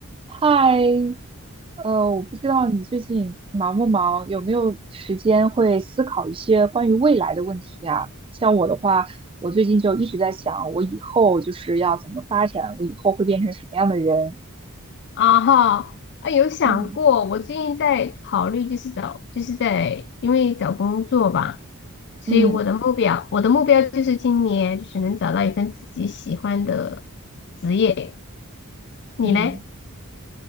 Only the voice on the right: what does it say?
嗨，呃，我不知道你最近忙不忙，有没有时间会思考一些关于未来的问题啊？像我的话，我最近就一直在想，我以后就是要怎么发展，我以后会变成什么样的人？
嗯
嗯
嗯，